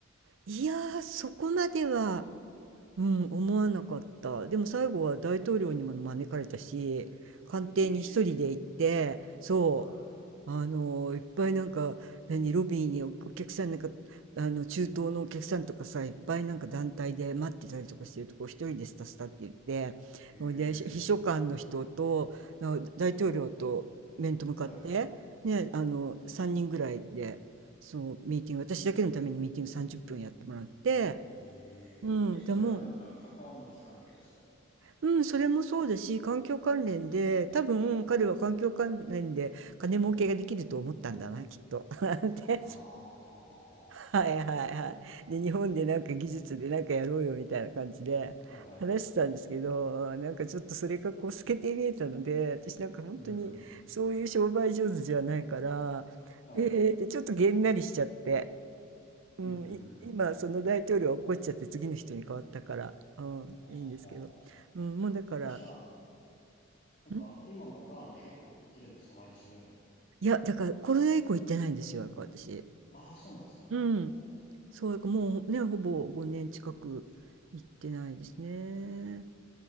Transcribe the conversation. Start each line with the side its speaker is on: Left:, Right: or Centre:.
Right: いやー、そこまでは、うん、思わなかった。でも最後は大統領にも招かれたし、官邸に一人で行って、
Left: え、
Right: そ
Left: は
Right: う、あのいっぱいなんか何ロビーにお、お客さんなんかあの中東のお客さんとかさいっぱいなんか団体で待ってたりとかしてるとこ一人でスタスタって言ってほいで秘書官の人とあ大統領と面と向かってねあの3人ぐらいでそうミーティング私だけのためにミーティング30分やってもらって
Left: い。えー、はい。えー、
Right: うんでも
Left: え、それはなんかカカオの木関係ですか
Right: うん、それもそうだし、環境関連で、多分彼は環境関連で金儲けができると思ったんだな、きっと。<laughs> で
Left: ああー、ははは。
Right: はいはいはい。で、日本でなんか技術でなんかやろうよみたいな感じで話してたんですけど、
Left: えー、はいはいはい。
Right: なんかちょっとそれがこう透けて見えたので、私なんか本当にそういう商売上手じゃないから、
Left: うん。はい。
Right: えーってちょっとげんなりしちゃって、うん、
Left: うん、ふんふんふん。
Right: い今その大統領は怒っこっちゃって次の人に変わったから、うん、
Left: あはははは。
Right: いいんですけど、うん、もうだから、
Left: え、じゃあ、なんかあの、
Right: ん
Left: 今もガーナ結構行ってるんですか毎年のように。
Right: いや、だからコロナ以降行ってないんですよ、だから私。
Left: ああ、そうなんですね。はははは。
Right: うん。そう、だからもうね、ほぼ5年近く行ってないですね。